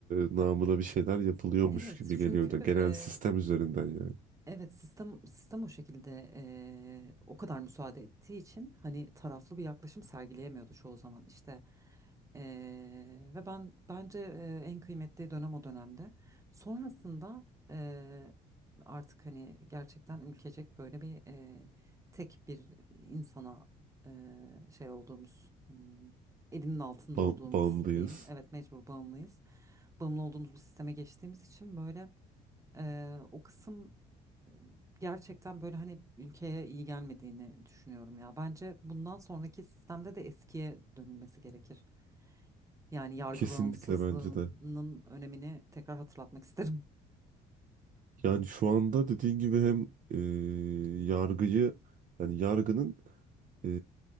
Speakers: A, on the right; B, on the right.
A: namına bir şeyler yapılıyormuş
B: evet
A: gibi
B: çünkü
A: geliyor da genel
B: e,
A: sistem üzerinden yani.
B: Evet sistem sistem o şekilde eee, o kadar müsaade ettiği için hani taraflı bir yaklaşım sergileyemiyordu çoğu zaman işte Eee, ve ben bence eee, en kıymetli dönem o dönemde sonrasında eee, artık hani gerçekten ülkecek böyle bir eee, tek bir insana eee, şey olduğumuz hmm, elinin altında
A: Ba-
B: olduğumuz
A: bağımlıyız.
B: diyeyim evet mecbur bağımlıyız bağımlı olduğumuz bir sisteme geçtiğimiz için böyle Eee, o kısım e, gerçekten böyle hani ülkeye iyi gelmediğini düşünüyorum ya. Bence bundan sonraki sistemde de eskiye dönülmesi gerekir. Yani yargı
A: Kesinlikle
B: bağımsızlığının
A: bence de.
B: önemini tekrar hatırlatmak isterim.
A: Yani şu anda dediğin gibi hem e, yargıyı yani yargının e,